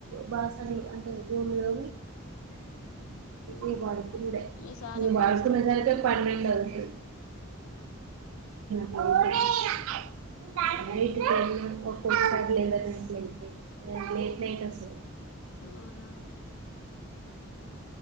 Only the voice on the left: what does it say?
ఉహు
మీ సార్ ఎప్పుడు వస్తాడు
అవునా
అవునా